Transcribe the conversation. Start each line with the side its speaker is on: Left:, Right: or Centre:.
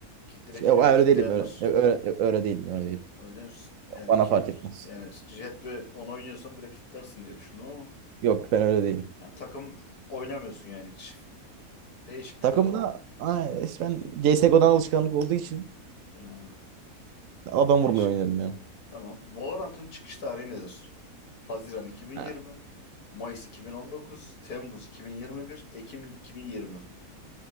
Left: Ki, direkt
Right: Ya,
Left: hero'yu kitleyenler.
Right: öyle değilim öyle, öyle, öyle değilim öyle değil.
Left: Öyle değil misin? Yani
Right: Bana
Left: kill
Right: fark etmez.
Left: yani Jet ve onu oynuyorsan direkt kitlersin diye düşündüm ama
Right: Yok ben öyle değilim.
Left: yani takım oynamıyorsun yani hiç. Değişikmiş
Right: Takımda
Left: o da.
Right: ay, işte ben C. CSGO'dan alışkanlık olduğu için
Left: Ha,
Right: adam
Left: değişik.
Right: vurmayı oynuyorum yani.
Left: Tamam. Valorant'ın çıkış tarihi nedir? Haziran 2020,
Right: Ha.
Left: Mayıs 2019, Temmuz 2021, Ekim 2020.